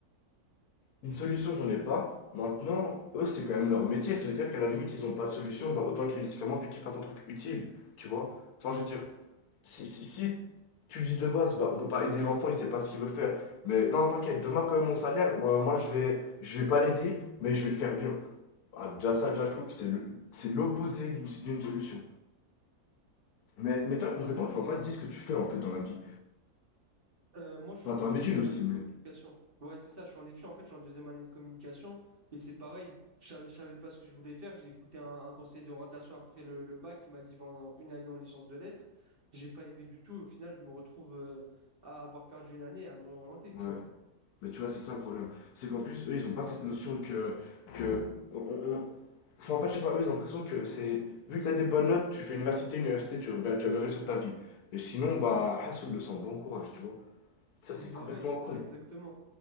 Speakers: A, on the left (about 80°); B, on the right (about 40°).
A: Une solution, j'en ai pas. Maintenant, eux, c'est quand même leur métier. Ça veut dire qu'à la limite, ils ont pas de solution, bah, autant qu'ils le disent comment, puis qu'ils fassent un truc utile, tu vois. Enfin, je veux dire, Si, si, si tu dis de base, bah, on peut pas aider l'enfant, il sait pas ce qu'il veut faire. Mais non, t'inquiète, demain, quand même, mon salaire, moi, moi, je vais, je vais pas l'aider, mais je vais le faire bien. Ah, déjà, ça, déjà, je trouve que c'est le- c'est l'opposé d'une d'une solution. Mais, mais toi, concrètement,
B: Ok.
A: tu m'as pas dit ce que tu fais en fait dans la vie.
B: Euh, moi, je
A: Enfin,
B: suis en
A: t'en es
B: deuxième
A: une aussi,
B: année
A: mais.
B: de communication. Ouais, c'est ça, je suis en études, en fait, je suis en deuxième année de communication. Et c'est pareil, je savais, je savais pas ce que je voulais faire. J'ai écouté un, un conseiller d'orientation après le, le bac qui m'a dit va en- une année en licence de lettres. J'ai pas aimé du tout. Au final, je me retrouve euh, à avoir perdu une année et à me réorienter, tu
A: Ouais.
B: vois.
A: Mais tu vois, c'est ça le problème. C'est qu'en plus, eux, ils ont pas
B: Bah
A: cette
B: ouais.
A: notion que. que on, on- Enfin, en fait, je sais pas, eux, ils ont l'impression que c'est. Vu que t'as des bonnes notes, tu fais université, université, tu vas bien, tu vas bien réussir ta vie. Et sinon, bah, Hassoul le sent, bon courage, tu vois. Ça, c'est
B: Bah
A: complètement
B: ouais, c'est
A: con.
B: ça, exactement.